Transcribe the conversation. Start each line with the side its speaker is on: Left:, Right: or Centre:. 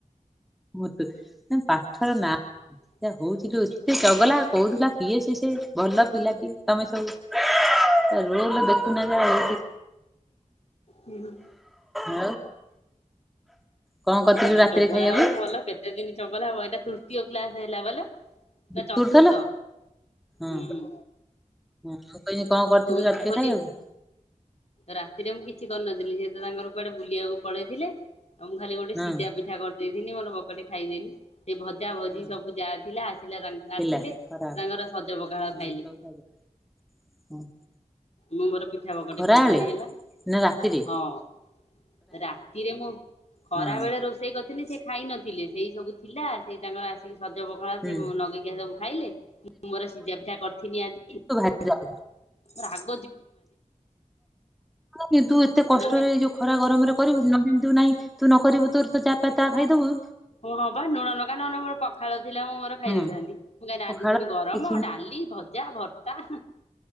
Centre: ମୂତୁ ପାଠର ନା
Left: ହଁ
Centre: ହଉଥିଲୁ ଏତେ ଚଗଲା କହୁଥିଲା କିଏ ସେ ସେ ଭଲ ପିଲାଟି ତମେ ସବୁ
Left: ହଁ
Centre: ରଲ ଦେଖୁନବା ଏଇଠି
Left: ହୁଁ
Centre: ଆଉ କଣ କରିଥିଲୁ ରାତିରେ
Left: ଚଗଲା
Centre: ଖାଇବାକୁ?
Left: ହଉ ଭଲ କେତେ ଦିନ ଚଗଲା ହବ ଏଇଟା ତୃତୀୟ କ୍ଲାସ ହେଲା ବଲ
Centre: ମୁତୁଥିଲ
Left: ନା ଚତୁର୍ଥ
Centre: ହଁ
Left: ହୁଁ
Centre: ହଁ ମୁ କହିଲି କଣ କରିଥିଲୁ
Left: ସ୍କୁଲ
Centre: ରାତିରେ
Left: ଖୋଲି
Centre: ଖାଇବାକୁ
Left: ରାତିରେ ମୁଁ କିଛି କରିନଥିଲି ସିଏ ତ ତାଙ୍କର କୁଆଡେ ବୁଲିବାକୁ ପଳେଇଥିଲେ ଆଉ ମୁଁ ଖାଲି ଗୋଟେ
Centre: ହଁ
Left: ସିଝା ପିଠା କରିଥିଲି। ଦେଇଥିନି ମୋର ବକଟେ ଖାଇଦେନି ସେ ଭଜା ଭଜି
Centre: ହଁ
Left: ସବୁ ଯାହା ଥିଲା ଆସିଲା ତାଙ୍କ
Centre: ଥିଲା
Left: ଆସିଲେ
Centre: ଖରାବେଳେ
Left: ତାଙ୍କର ସଜ ପଖାଳ
Centre: ହଁ
Left: ଖାଇଲେ।
Centre: <inaudible>
Left: ମୁଁ ମୋର ପିଠା ବକଟେ
Centre: ଖରାବେଳେ
Left: ଖାଇଦେନି ହେଲା।
Centre: ନା ରାତିରେ
Left: ହଁ ରାତିରେ ମୁଁ ଖରା
Centre: ହଁ
Left: ବେଳେ ରୋଷେ ରୋସେଇ କରିଥିନି ସେଖାଇ ନଥିଲେ ସେଇ ସବୁ ଥିଲା ସେ ତାଙ୍କର ଆସି ସେ ସଜ ପଖଳା
Centre: ହୁଁ
Left: ସେ ନଗେଇକିଆ ସବୁ ଖାଇଲେ ମୁଁ ମୋର ସିଝା ପିଠା କରିିଥିନି ଆଜି
Centre: ଯାଉଛି।
Left: ରାଙ୍ଗ୍
Centre: କିନ୍ତୁ ଏତେ କଷ୍ଟରେ
Left: ନହେଲେ
Centre: ଏଯୋଉ ଖରା ଗରମରେ କରିବୁ ନଖାଇବୁ ନାଇଁ ତୁ ନକରିବୁ ତୋର ତ ଯାହା ପାଇନେ ତାଖାଇଦବୁ
Left: ହଁବା ଲୁଣ ଲଙ୍କା, ନହେଲେ ମୋର ପଖାଳ ଥିଲା ମୁଁ ମୋର ଖାଇ
Centre: ହଁ
Left: ଦେଇଥାନ୍ତି। ମୁଁ କାଇଁ ରାନ୍ଧୁଥିଲି
Centre: ପଖାଳ
Left: ଗରମ
Centre: କିଛି ନାହିଁ
Left: ଡାଲି ଭଜା ଭର୍ତ୍ତା